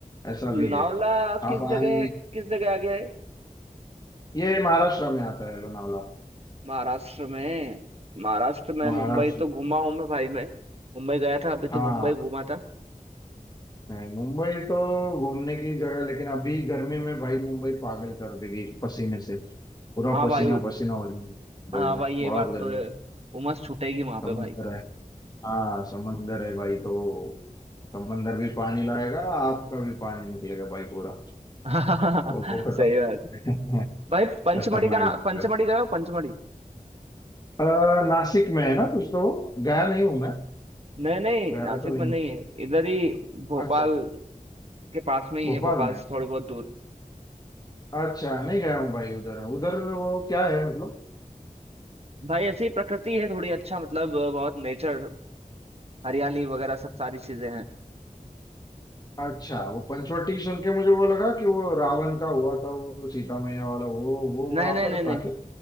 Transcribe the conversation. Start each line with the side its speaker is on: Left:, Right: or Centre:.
Left: ऐसा भी
Right: लोनावला
Left: है हाँ
Right: किस
Left: पानी
Right: जगह किस जगह आ गया है
Left: ये महाराष्ट्र में आता है लोनावला
Right: महाराष्ट्र में महाराष्ट्र में
Left: महाराष्ट्र
Right: मुंबई तो घुमा
Left: में।
Right: हूं मैं भाई मैं मुंबई गया था अभी तो
Left: हाँ
Right: मुंबई घूमा था
Left: नहीं मुंबई तो घूमने की जगह है, लेकिन अभी गर्मी में भाई मुंबई पागल कर देगी पसीने से पूरा
Right: हाँ
Left: पसीना
Right: भाई वो-
Left: पसीना हो जाएगी
Right: हाँ
Left: मुंबई में
Right: भाई ये
Left: बहुत
Right: बात
Left: गर्मी
Right: तो है
Left: है।
Right: उमस छूटेगी वहां पे
Left: समंदर
Right: भाई
Left: है हाँ समंदर है भाई तो समंदर भी पानी लाएगा आपका भी पानी निकलेगा भाई पूरा
Right: <laughs>
Left: वो वो खतरनाक
Right: सही बात
Left: है <laughs>
Right: भाई पंचमढ़ी
Left: खतरनाक
Right: का ना
Left: जगह
Right: पंचमढ़ी
Left: है।
Right: गए हो पंचमढ़ी
Left: अ, नासिक में है ना कुछ तो गया नहीं हूँ मैं
Right: नहीं नहीं
Left: गया
Right: नासिक
Left: तो नहीं
Right: में नहीं
Left: हूँ
Right: है इधर ही भोपाल
Left: अच्छा
Right: के पास में ही
Left: भोपाल
Right: है भोपाल से थोड़ी बहुत दूर
Left: अच्छा नहीं गया हूँ भाई उधर उधर वो क्या है मतलब
Right: भाई ऐसी प्रकृति है थोड़ी अच्छा मतलब बहुत नेचर हरियाली वगैरह सब सारी चीजें हैं
Left: हाँ, अच्छा वो पंचवटी सुन के मुझे वो लगा कि वो रावण का हुआ था वो सीता मैया वाला वो वो
Right: नहीं
Left: वहां
Right: नहीं
Left: पर
Right: नहीं नहीं
Left: था क्या